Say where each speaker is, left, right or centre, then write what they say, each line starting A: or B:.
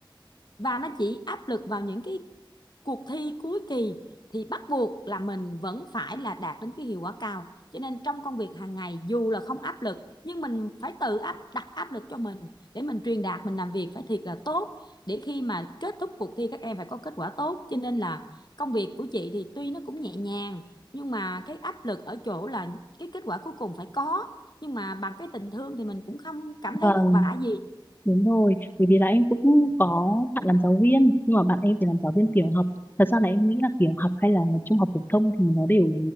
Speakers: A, on the left (about 55°); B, on the left (about 25°).
A: và nó chỉ áp lực vào những cái cuộc thi cuối kỳ thì bắt buộc là mình vẫn phải là đạt đến cái hiệu quả cao cho nên trong công việc hàng ngày dù là không áp lực nhưng mình phải tự áp đặt áp lực cho mình để mình truyền đạt mình làm việc phải thiệt là tốt để khi mà kết thúc cuộc thi các em phải có kết quả tốt cho nên là công việc của chị thì tuy nó cũng nhẹ nhàng nhưng mà cái áp lực ở chỗ là cái kết quả cuối cùng phải có nhưng mà bằng cái tình thương thì mình cũng không cảm thấy
B: vâng
A: vất vả gì
B: đúng rồi bởi vì là em cũng có bạn làm giáo viên nhưng mà bạn em thì làm giáo viên tiểu học thật ra là em nghĩ là tiểu học hay là trung học phổ thông thì nó đều